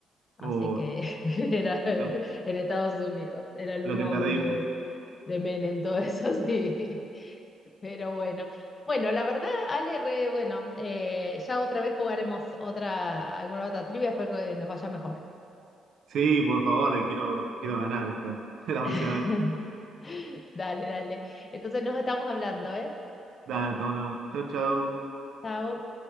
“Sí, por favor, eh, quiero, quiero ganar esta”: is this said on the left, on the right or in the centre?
Right